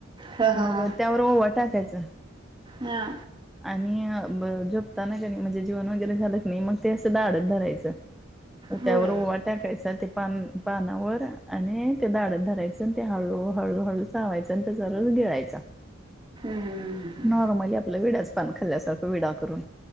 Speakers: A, on the right; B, in the centre.
A: हा हा
B: मग
A: हा.
B: त्यावर ओवा टाकायच
A: हा.
B: आणि ज ताना क म्हणजे जीवन वगैरे झालंत नाही मग ते असं दाडत धरायचं
A: होय
B: त्यावर
A: हम्म
B: ओवा टाकायचा ते पान पानावर आणि ते दाढत धरायचं आणि ते हळू हळूहळू चावायचं आणि त्याचा र गिळायचा.
A: हम्म हम्म
B: नॉर्मली आपलं विडच पान खाल्ल्यासारख विडा करून